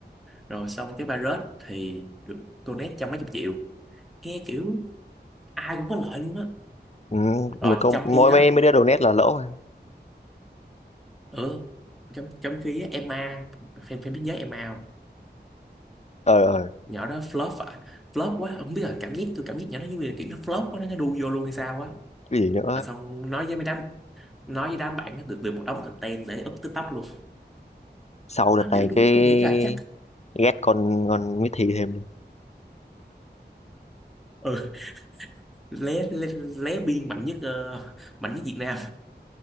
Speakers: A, in the centre; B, on the left.
A: rồi xong cái virus thì được donate trăm mấy chục triệu nghe kiểu ai cũng có lợi luôn á
B: Ừ.
A: rồi
B: Một câu
A: trong khi
B: mỗi
A: đó
B: mấy mấy đứa đồ nét là lỗ rồi.
A: ừ trong trong khi á, Emma fan fan biết nhớ Emma không?
B: Ờ ờ
A: nhỏ đó flop à flop quá không biết là cảm giác tôi cảm giác nhỏ nó như là kiểu nó flop quá nó đu vô luôn hay sao á
B: cái gì nữa
A: và xong nói với mấy đám nói với đám bạn nó được được một đống content để up TikTok luôn
B: sau đợt
A: Má,
B: này
A: điều đúng
B: cái
A: tôi nghĩ là chắc
B: ghét con con Miss Thi thêm luôn
A: ừ, lé lé, lé biên mạnh nhất ờ, mạnh nhất Việt Nam